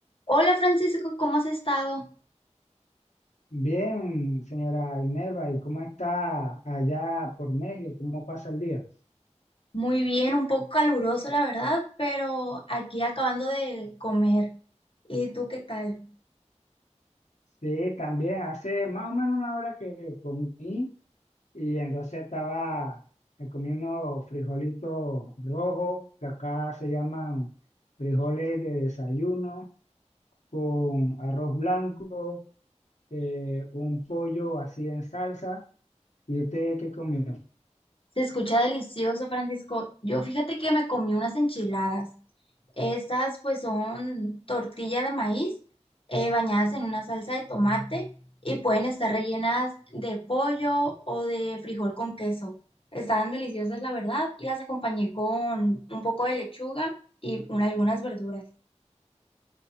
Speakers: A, on the left; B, on the left.
A: Hola Francisco, ¿cómo has estado?
B: Bien, señora Imelva, ¿y cómo está allá por México? ¿Cómo pasa el día?
A: Muy bien, un poco caluroso la verdad, pero aquí acabando de comer. ¿Y tú qué tal?
B: Sí, también hace más o menos una hora que comí y entonces estaba eh, comiendo frijolitos rojos, que acá se llaman frijoles de desayuno, con arroz blanco, eh, un pollo así en salsa. ¿Y usted qué comió?
A: Se escucha delicioso, Francisco. Yo fíjate que me comí unas enchiladas. Estas pues son tortilla de maíz eh, bañadas en una salsa de tomate y pueden estar rellenas de pollo o de frijol con queso. Estaban deliciosas la verdad y las acompañé con un poco de lechuga y un- algunas verduras.